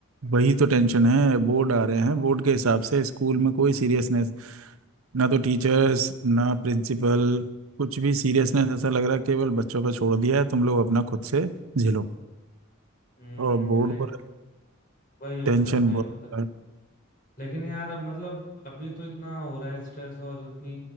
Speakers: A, on the right; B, on the left.
A: वही तो टेंशन है बोर्ड आ रहे हैं बोर्ड के हिसाब से स्कूल में कोई सीरियसनेस ना तो टीचर्स ना प्रिंसिपल कुछ भी सीरियसनेस ऐसा लग रहा है केवल बच्चों पर छोड़ दिया है तुम लोग अपना खुद से झेलो
B: हम्म
A: और बोर्ड
B: अरे
A: पर
B: वही होता
A: टेंशन
B: है वही
A: बहुत
B: होता है
A: है।
B: लेकिन यार मतलब अभी तो इतना हो रहा है स्ट्रेस और इतनी